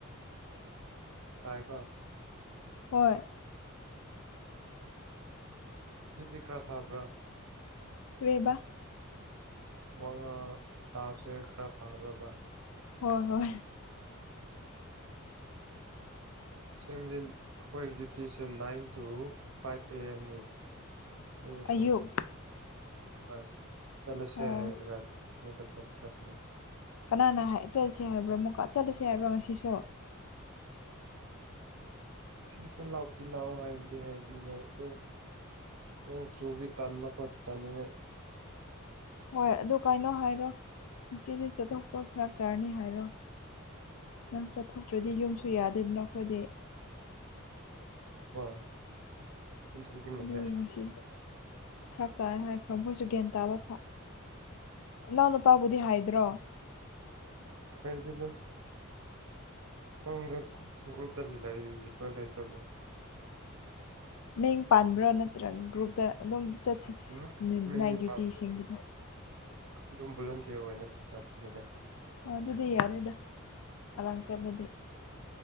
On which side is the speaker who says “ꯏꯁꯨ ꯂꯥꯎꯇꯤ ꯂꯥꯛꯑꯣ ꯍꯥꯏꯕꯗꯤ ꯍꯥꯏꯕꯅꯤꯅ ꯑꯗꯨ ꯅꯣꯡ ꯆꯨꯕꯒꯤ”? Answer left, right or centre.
Right